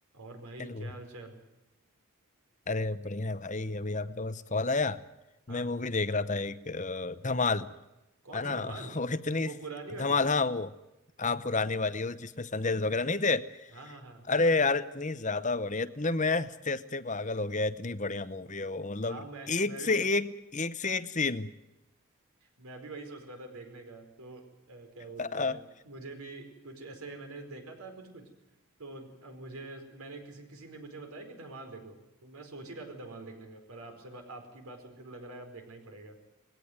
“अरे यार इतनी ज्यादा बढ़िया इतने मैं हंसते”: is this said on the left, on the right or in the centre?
Left